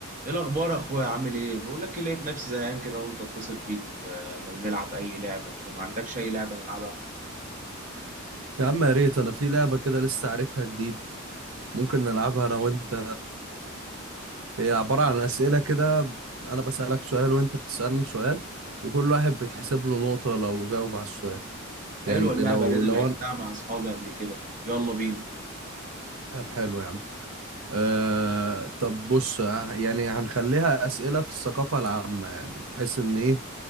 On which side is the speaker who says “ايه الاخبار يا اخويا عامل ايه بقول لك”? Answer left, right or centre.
Right